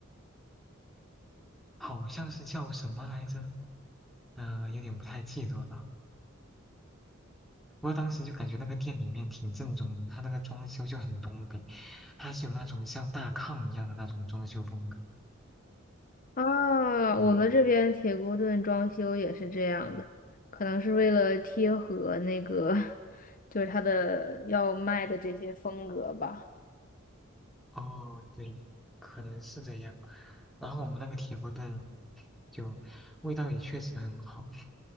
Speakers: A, in the centre; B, on the left.
A: 好像是叫什么来着？呃，有点不太记得了。不过当时就感觉那个店里面挺正宗的，它那个装修就很东北，它是有那种像大炕一样的那种装修风格。
B: 啊，
A: 对，
B: 我们这边铁锅炖装修也是这样的，
A: 嗯，
B: 可能是为了贴合那个，<laughs> 就是它的要卖的这些风格吧。
A: 哦，对，可能是这样。然后我们那个铁锅炖就味道也确实很好，